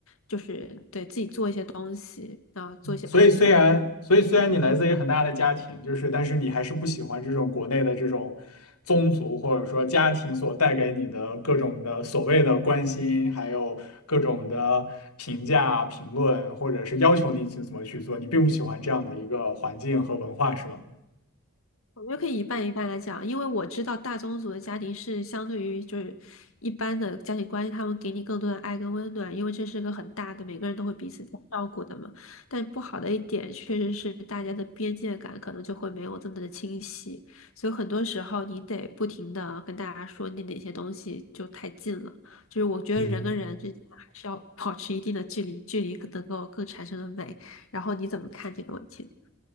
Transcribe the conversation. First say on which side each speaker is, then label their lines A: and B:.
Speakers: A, on the left; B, on the left.
A: 就是对自己做一些东西，然后做一些判断。
B: 所以虽然，所以虽然你来自于很大的家庭，就是，但是你还是不喜欢这种国内的这种宗族或者说家庭所带给你的各种的所谓的关心，还有各种的评价、评论，或者是要求你去怎么去做，你并不喜欢这样的一个环境和文化，是吗？
A: 我觉得可以一半一半来讲，因为我知道大宗族的家庭是相对于就是一般的家庭关系，他们给你更多的爱跟温暖，因为这是个很大的，每个人都会彼此照顾的嘛。但不好的一点确实是大家的边界感可能就会没有这么的清晰，所以很多时候你得不停的跟大家说你哪些东西就太近了，就是我觉得人跟人之间还是要保持一定的距离，
B: 嗯，
A: 距离可能够更产生的美。然后你怎么看这个问题呢？